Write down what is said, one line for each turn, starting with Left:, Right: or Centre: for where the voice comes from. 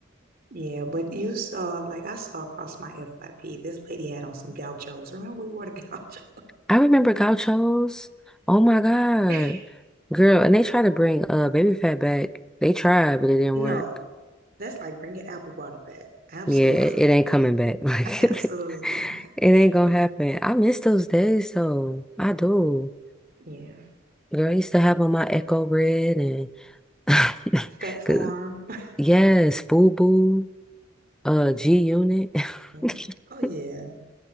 Right: Yeah, but you saw like I saw across my FYP, this lady had on some gauchos. Remember we wore the gauchos?
Centre: I remember gauchos. Oh my God.
Right: <laughs>
Centre: Girl, and they tried to bring uh baby fat back. They tried, but it didn't
Right: No,
Centre: work.
Right: that's like bringing apple bottom back. Absolutely
Centre: Yeah, it, it ain't coming
Right: not.
Centre: back. <laughs> Like
Right: <laughs> Absolutely not.
Centre: it ain't gonna
Right: Ma-
Centre: happen. I miss those days though. I do.
Right: Yeah.
Centre: Girl, I used to have on my Echo Red and <laughs>
Right: Fat farm.
Centre: 'Cause
Right: <laughs>
Centre: Yes, FUBU, uh, G-Unit. <laughs>
Right: Mm. Oh yeah.